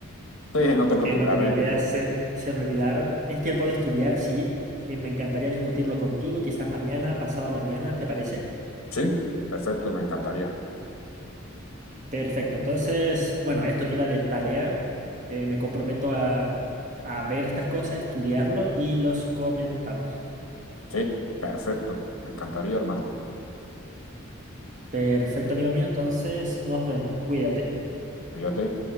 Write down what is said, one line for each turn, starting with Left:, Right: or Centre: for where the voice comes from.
Left: sí,
Right: <laughs>
Left: no te preocupes.
Right: que no
Left: A
Right: tenía
Left: ver,
Right: idea se, se me olvidaron. Es tiempo de estudiar, sí, y me encantaría discutirlo contigo, quizás mañana, pasado mañana, ¿te parece?
Left: sí, perfecto, me encantaría.
Right: Perfecto, entonces, bueno, esto queda de tarea. Eh, me comprometo a, a ver estas cosas, estudiarlo y los comentamos.
Left: Sí, perfecto, me encantaría, hermano.
Right: Perfecto, amigo mío, entonces nos vemos, cuídate.
Left: Cuídate.